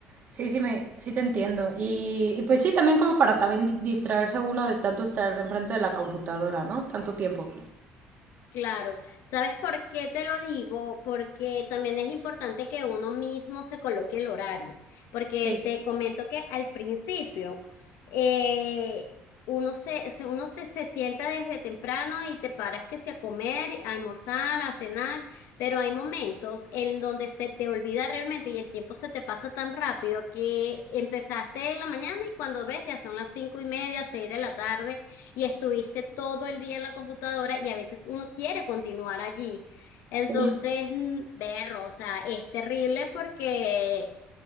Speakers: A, on the right; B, on the left.
A: sí, sí, me, sí te entiendo. Y, y pues sí, también como para también di- distraerse uno de tanto estar enfrente de la computadora, ¿no? Tanto tiempo.
B: Claro, ¿sabes por qué te lo digo? Porque también es importante que uno mismo se coloque el horario, porque
A: Sí,
B: te comento que al principio eh, uno se, se- uno te, se sienta desde temprano y te paras que sea a comer, a almorzar, a cenar, pero hay momentos en donde se te olvida realmente y el tiempo se te pasa tan rápido que empezaste en la mañana y cuando ves ya son las cinco y media, seis de la tarde y estuviste todo el día en la computadora y a veces uno quiere continuar allí. Entonces,
A: sí.
B: mm, berro, o sea, es terrible porque